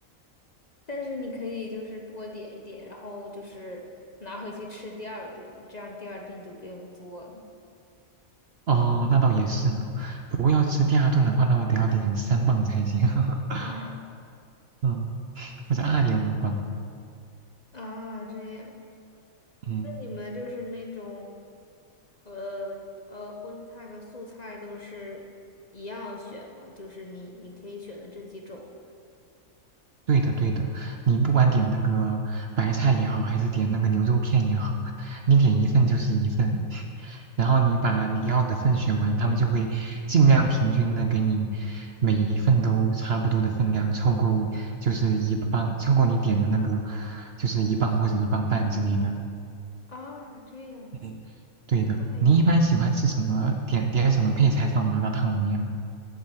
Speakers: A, on the left (about 35°); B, on the right (about 55°).
A: 但是你可以就是多点一点，然后就是拿回去吃第二顿嘛，这样第二顿就不用做了。
B: 哦，那倒也是呢。不过要吃第二顿的话，那我得要点三磅才行。<laughs>
A: <laughs> 啊，
B: 嗯，或者二点五磅。
A: 啊这样。
B: 嗯。
A: 那你们就是那种，呃呃，荤菜和素菜都是一样选吗？就是你你可以选的这几种
B: 对的，对的，你不管点那个白菜也好，还是点那个牛肉片也好，你点一份就是一份，然后你把你要的份选完，他们就会尽量平均的给你每一份都差不多的分量，凑够就是一磅，凑够你点的那个就是一磅或者一磅半之类的。
A: 啊，这样子，
B: 嗯，对的，
A: 那还挺，
B: 你一般喜欢吃什么？点点什么配菜放麻辣烫里面吗？